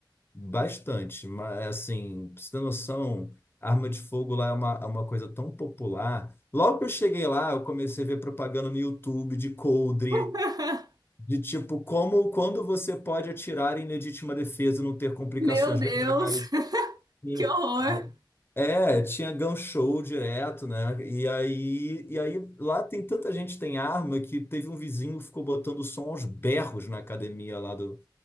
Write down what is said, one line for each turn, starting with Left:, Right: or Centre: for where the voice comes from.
Left: bastante, mas assim, pra você ter noção, arma de fogo lá é uma, é uma coisa tão popular. Logo que eu cheguei lá, eu comecei a ver propaganda no YouTube de coldre.
Right: <laughs>
Left: De tipo, como, quando você pode atirar em legítima defesa e não ter complicações
Right: Meu Deus,
Left: legais.
Right: <laughs>
Left: E-
Right: que horror!
Left: É, tinha gun show direto, né? E aí, e aí lá tem tanta gente que tem arma que teve um vizinho que ficou botando som aos berros na academia lá do,